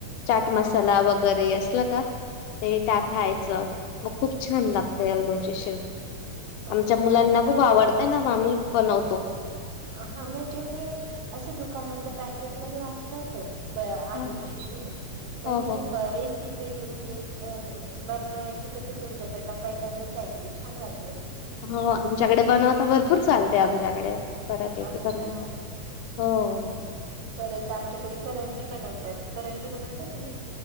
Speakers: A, on the left; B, on the right.
A: चाट मसाला वगैरे असल का ते
B: हं
A: टाकायचं. मग खूप छान लागतें अल्दोची शेव आमच्या
B: अच्छा
A: मुलांना
B: मी
A: खूप
B: पहिल्यांदाच
A: आवडतय ना म्मी बनवतो.
B: हा म्हणजे मी असे दुकानातलं पॅकेट मध्ये वाचलं होत. ब आलूची
A: हम्म.
B: शिव पण
A: हो हो
B: ही
A: हो
B: बरेस म्हणजे बनवण्याची पद्धत तुमच्याकडन पहिल्यांदाच ऐकली छान वाट
A: हो आमच्याकडे बनवता भरपूर चालते आमच्याकडे बऱ्यापैकी
B: अच्छा
A: बनवता हो
B: परत आमच्याकडे करंजी बनवते. तत्करंजी बनवता तुम्ही